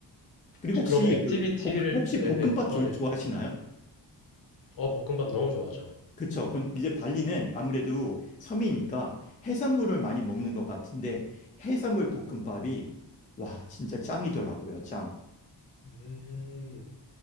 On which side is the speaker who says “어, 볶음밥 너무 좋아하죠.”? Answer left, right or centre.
Left